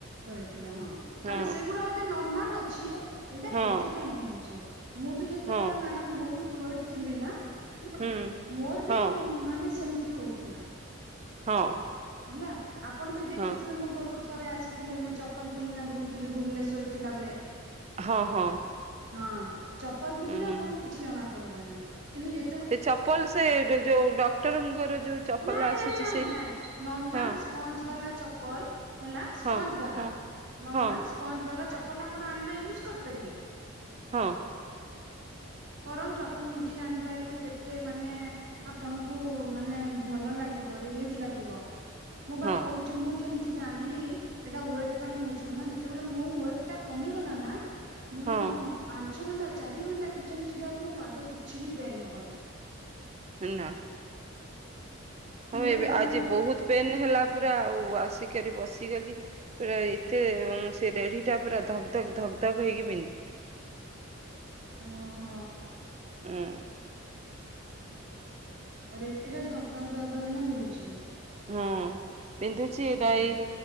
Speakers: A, on the right; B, on the right.
A: କରିଥିଲେ ହଁ,
B: ହଁ
A: ତାହେଲେ ସେଗୁଡା ଯଦି ନର୍ମାଲ ଅଛି ଏଇଟା
B: ହଁ
A: ଏଥିପାଇଁ ହଉଛି। ମୁଁ ବି ଯେତେବେଳେ
B: ହଁ
A: ମ୍ୟାଡମ୍ ବୋହୁତ୍ ୱେଟ୍ ଥିଲି ନା ହେଲା।
B: ହୁଁ
A: ମୋର
B: ହଁ
A: ବି ମାନେ ସେମିତି ହୋଉଥିଲା।
B: ହଁ।
A: ହେଲା। ଆପଣ ବି ଦେଖିଥିବେ
B: ହଁ
A: ମୁଁ ଘରକୁ ଥରେ ଆସିଥିଲେ, ମୁଁ ଚପଲ୍ ପିନ୍ଧିନା ବୁଲୁଥିଲି ଭୁବନେଶ୍ଵରରେ ଥିଲାବେଳେ।
B: ହଁ ହଁ।
A: ହଁ ଚପଲ୍ ପିନ୍ଧିଲେ
B: ଉଁ
A: ଆପଣଙ୍କୁ କିଛି ଜଣା ପଡିବନି। କିନ୍ତୁ ଯେ
B: ସେ ଚପଲ୍ ସେ ଡେ- ଯୋଉ ଡକ୍ଟରଙ୍କର ଯୋଉ ଚପଲ
A: ନାଇଁ,
B: ଆସୁଛି
A: ନାଇଁ, ନାଇଁ,
B: ସେ
A: ନାଇଁ ନର୍ମାଲ
B: ହଁ
A: ସ୍ପଞ୍ଜ ବାଲା ଚପଲ୍ ହେଲା ସ୍ପଞ୍ଜ
B: ହଁ
A: ବାଲା।
B: ହଁ
A: ନର୍ମାଲ୍
B: ହଁ
A: ସ୍ପଞ୍ଜ ବାଲା ଚପଲ, ଆପଣ ଆଣିନେ ୟୁଜ୍ କରିପାରିବେ।
B: ହଁ।
A: <unintelligible> କରନ୍ତୁ। ଆପଣ ନିଜେ ଜାଣିପାରିବେ କେତେ ମାନେ ଆପଣଙ୍କୁ ମାନେ ଭଲ ଲାଗିବ ରିଲିଫ୍ ଲାଗିବ। ମୁଁ ବା
B: ହଁ
A: କହୁଛି ମୁଁ କେମିତି ଜାଣିଲି ସେଇଟା ୱେଟ୍ ପାଇଁ ହୋଉଛି ବୋଲି। ଯେତେବେଳେ ମୋ ୱେଟ୍ ଟା କମିଗଲା ନା ମୁଁ
B: ହଁ।
A: ପାଞ୍ଚ ଘଣ୍ଟା ଚାରି ଘଣ୍ଟା କିଚେନ୍ ରେ ଛିଡା ହେଇଥିବି ମୋ ପାଦ କିଛି ବି ପେନ୍ ହବନି।
B: ହେ ନା।
A: କିନ୍ତୁ
B: ହଁ ଏବେ ଆଜି
A: ମୋର
B: ବହୁତ ପେନ୍ ହେଲା ପୁରା ଆଉ ଆସିକେରି ବସିଗଲି। ପୁରା ଏତେ ସେ ରେଢି ଟା ପୁରା ଧକ୍ ଧକ୍, ଧକ୍ ଧକ୍ ହେଇକି ବିନ୍
A: ଅ ହ
B: ଉଁ।
A: ରେଡିରେ ଧକ୍ ଧକ୍ ଧକ୍ ହେଇକିନା ବିନ୍ଧୁଚି।
B: ହଁ ବିନ୍ଧୁଛି ଏଇରା
A: ହୁଁ
B: ଏଇ